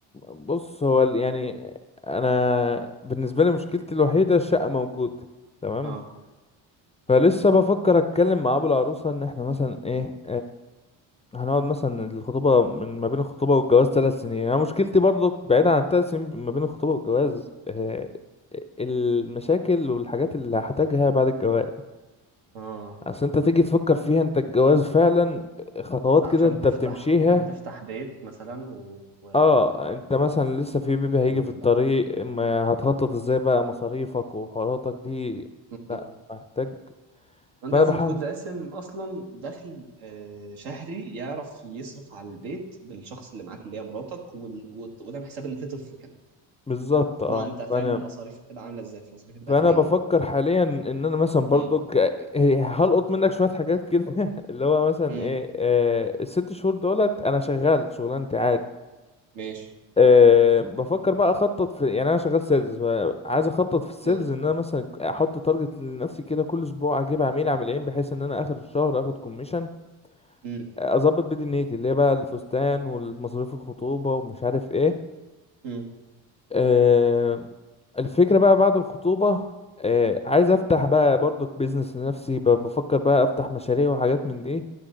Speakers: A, on the left (about 15°); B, on the right (about 80°).
A: بص هو ال- يعني انا بالنسبه لي مشكلتي الوحيده الشقه موجوده تمام
B: اه
A: فلسه بفكر اتكلم مع ابو العروسه ان احنا مثلا ايه هنقعد مثلا الخطوبة من ما بين الخطوبة والجواز ثلاث سنين أنا مشكلتي برضو بعيدا عن الثلاث سنين ما بين الخطوبة والجواز آه، المشاكل والحاجات اللي هحتاجها بعد الجواز
B: اه
A: أصل أنت تيجي تفكر فيها أنت الجواز فعلا خطوات
B: عشان
A: كده أنت
B: تفتح
A: بتمشيها
B: عشان تفتح بيت مثلا و و-
A: اه انت مثلا لسه في بيبي هيجي
B: من
A: في الطريق
B: ده.
A: ما هتخطط
B: م-
A: ازاي بقى مصاريفك وحواراتك دي
B: م-
A: لا
B: م.
A: محتاج
B: وانت
A: فانا
B: لازم
A: بحاول
B: تكون راسم اصلا دخل آه، شهري يعرف يصرف على البيت بالشخص اللي معاك اللي هي مراتك وال- وت- وده حساب ان في طفل كمان
A: بالظبط اه
B: طبعا انت فاهم
A: فانا
B: المصاريف هتبقى عامله ازاي المصاريف هتبقى
A: فانا
B: غبيه
A: بفكر حاليا ان انا مثلا برضو
B: امم
A: هلقط منك شويه حاجات كده <laughs> اللي هو مثلا
B: امم
A: ايه آه الست شهور دولت انا شغال شغلانتي عادي
B: ماشي
A: آه بفكر بقى اخطط في يعني انا شغال سيلز عايز اخطط في السيلز
B: اه
A: ان انا مثلا احط تارجت لنفسي كده كل اسبوع اجيب عميل عميلين بحيث ان انا اخر الشهر اخد كوميشن
B: امم
A: اظبط بيه دنيتي اللي هي بقى الفستان والمصاريف الخطوبه ومش عارف ايه
B: امم
A: آه، الفكرة بقى بعد الخطوبة آه، عايز افتح بقى برضك بيزنس لنفسي ب- بفكر بقى افتح مشاريع وحاجات من دي